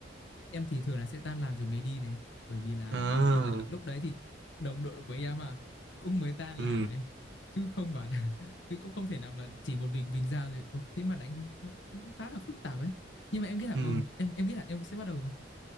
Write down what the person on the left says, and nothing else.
em thì thường là sẽ tan làm rồi mới đi này bởi vì là
lúc đấy thì đồng đội của em mà cũng mới tan làm
này chứ không bảo là <laughs> chứ cũng không thể nào mà chỉ một mình mình ra rồi ừ, thế mà đánh thôi nó, nó cũng khá là phức tạp ấy nhưng mà em nghĩ là
ừ, em em nghĩ là em sẽ bắt đầu